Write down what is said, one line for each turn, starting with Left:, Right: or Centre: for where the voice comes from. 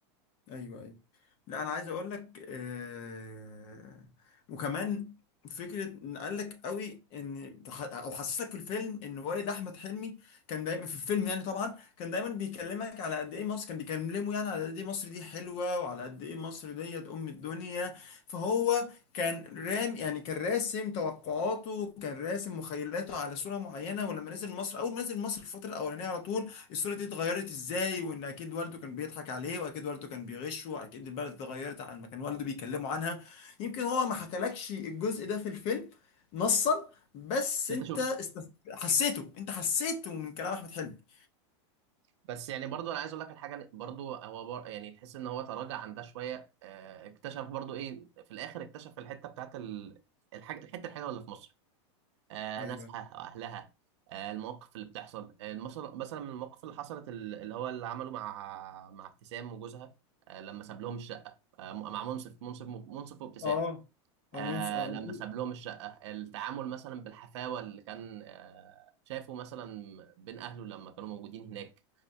Left: ايوه ايوه لا انا عايز اقول لك آه وكمان فكره ان قال لك قوي ان تخ- او حسسك في الفيلم ان والد احمد حلمي كان دايما في الفيلم يعني طبعا كان دايما بيكلمك على قد ايه مصر كان بيكلمه يعني على قد ايه مصر دي حلوه وعلى قد ايه مصر ديت ام الدنيا فهو كان رام يعني كان راسم توقعاته كان راسم مخيلاته على صوره معينه ولما نزل مصر اول ما نزل مصر الفتره الاولانيه على طول الصورة دي اتغيرت ازاي وان اكيد والده كان بيضحك عليه واكيد والده كان بيغشه اكيد البلد اتغيرت عن ما كان والده بيكلمه عنها يمكن هو ما حكالكش الجزء ده في الفيلم نصا بس
Right: اللي
Left: انت
Right: انت شفته
Left: استف... حسيته انت حسيته من كلام احمد حلمي
Right: بس يعني برضو انا عايز اقول لك الحاجه برضو هو بر... يعني تحس ان هو تراجع عن ده شويه آه، اكتشف برضو ايه في الاخر اكتشف الحته بتاعت ال... الحاجه الحته الحلوه اللي في مصر آه،
Left: ايوه
Right: ناسها واهلها آه، المواقف اللي بتحصل المثل- مثلا من المواقف اللي حصلت ال- اللي هو اللي عمله مع مع ابتسام وجوزها آه، لما ساب لهم الشقه آه، مع منصف منصف منصف وابتسام
Left: اه
Right: آه،
Left: هو منص... اه
Right: لما ساب لهم الشقه التعامل مثلا بالحفاوه اللي كان آه، شايفه مثلا بين اهله لما كانوا موجودين هناك